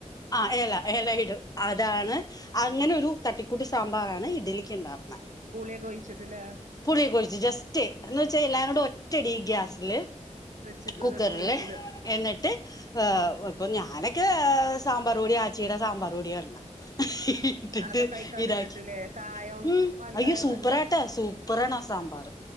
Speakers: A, on the left; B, on the right.
A: ആഹ് എല എല ഇടും അതാണ് അങ്ങനെ ഒരു തട്ടിക്കൂട്ട് സാമ്പാറാണ് ഇഡലിക്ക് ഉണ്ടാക്കണേ
B: പുളിയൊക്കോഴിച്ചിട്ടില്ലേ
A: പുളി ഒകൊഴിച്ച് ജസ്റ്റ് എന്ന് വെച്ചാ എല്ല കൂടെ ഒറ്റടി ഗ്യാസില്
B: വെച്ചിട്ട്
A: കുക്കറില്
B: ഒരൊറ്റ വിസില് ഉം
A: എന്നിട്ട് ഇപ്പൊ ഞാനൊക്കെ സ് സമ്പറുപൊടി ആച്ചീട സമ്പറുപൊടിയിടണേ ഇട്ടിട്ട്
B: അതൊക്കെ അയിക്കാണ്ടിട്ടിട്ടില്ലേ
A: ഇതാക്കി
B: കായം
A: ഉംമ്
B: പാൽക്കായം
A: അയ്യോ സൂപ്പറാട്ടാ
B: എല്ലാം
A: സൂപ്പറാണാ സാമ്പാർ